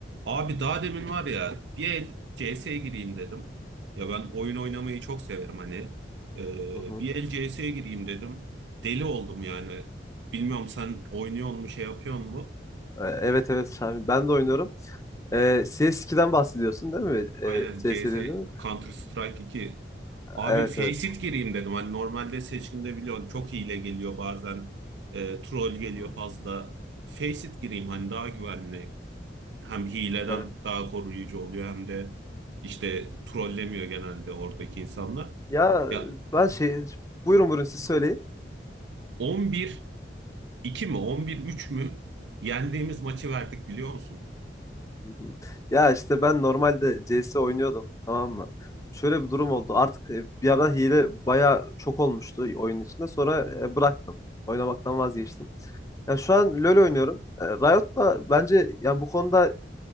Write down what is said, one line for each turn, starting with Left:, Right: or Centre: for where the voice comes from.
Right: Abi daha demin var ya bir el CS'ye gireyim dedim. Ya ben oyun oynamayı çok severim hani. Ee,
Left: Hı hı.
Right: bir el CS'ye gireyim dedim. Deli oldum yani. Bilmiyorum sen oynuyor mu şey yapıyor mu?
Left: E, Evet evet Şamil. Ben de oynuyorum. E, CS2'den bahsediyorsun değil mi?
Right: Aynen
Left: E, CS
Right: CS
Left: dedin.
Right: Counter Strike 2. Abi
Left: Evet
Right: Faceit
Left: evet.
Right: gireyim dedim. Hani normalde seçkinde biliyorsun çok hile geliyor bazen. e, troll geliyor
Left: Hı hı.
Right: fazla. Faceit gireyim hani daha güvenli. hem hileden
Left: Evet.
Right: daha koruyucu oluyor hem de işte trollemiyor genelde oradaki insanlar.
Left: Ya
Right: Ya
Left: ben şey... Buyurun buyurun siz söyleyin.
Right: 11-2 mi 11-3 mü yendiğimiz maçı verdik biliyor musun?
Left: Hı hı. Ya işte ben normalde CS oynuyordum tamam mı? Şöyle bir durum oldu. Artık e, bir ara hile baya çok olmuştu oyun içinde. Sonra e, bıraktım. Oynamaktan vazgeçtim. Ya şu an LoL oynuyorum. E, Riot da bence yani bu konuda